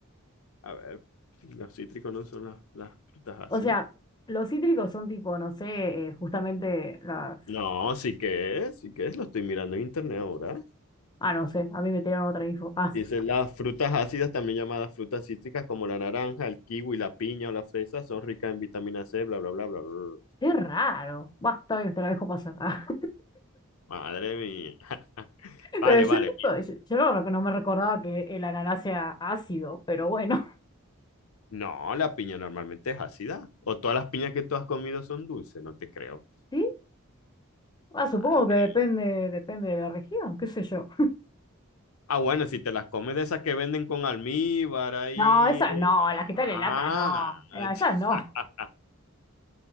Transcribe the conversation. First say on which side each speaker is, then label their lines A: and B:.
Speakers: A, on the left (about 75°); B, on the left (about 20°).
A: A ver, los cítricos no son las, las frutas ácidas.
B: O sea, los cítricos son tipo, no sé, eh, justamente las...
A: No, sí que es, sí que es, lo estoy mirando en internet ahora.
B: Ah, no sé, a mí me tiraron otra info. Ah,
A: Dice, las frutas ácidas, también llamadas frutas cítricas, como la naranja, el kiwi, la piña o la fresa, son ricas en vitamina C, bla, bla, bla, bla, bla. bla".
B: <laughs> qué raro. Bah, está bien, te la dejo pasar. <laughs>
A: Madre mía.
B: Ah,
A: Vale,
B: Pero yo
A: vale.
B: tipo,
A: bien.
B: yo, yo no, rec- no me recordaba que el ananá sea ácido, pero bueno.
A: No, la piña normalmente es ácida. O todas las piñas que tú has comido son dulces, no te creo.
B: <laughs> ¿Sí? Ah,
A: Madre.
B: supongo que depende, depende de la región, qué sé yo.
A: Ah, bueno, si te las comes de esas que venden con almíbar ahí.
B: No, esas no, las que están
A: Ah.
B: en lata no.
A: <laughs>
B: Eh, Esas no.